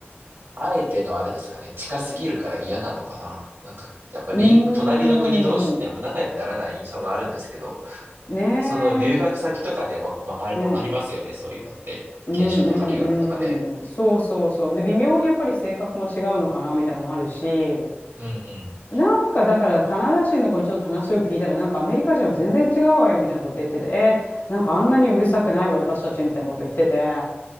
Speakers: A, on the right; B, on the left.
A: あえてのあれですかね、近すぎるから嫌なのかな。なんか、やっぱリンク、
B: ーん。
A: 隣の国同士ってあんま仲良くならない印象があるんですけど、
B: ね
A: その留学先とかでわ、
B: え。
A: わかる、
B: うん
A: わかりますよね、そういうのって。
B: うん
A: 研修とか留学とかで。
B: うんうん。そうそうそう。で、微妙にやっぱり性格も違うのかなみたいなのもあるし、
A: うんうん。
B: なんかだからカナダ人の子にちょっと話を聞いたら、なんかアメリカ人は全然違うわよみたいなこと言ってて、えーなんかあんなにうるさくないわよ、私たちみたいなこと言ってて。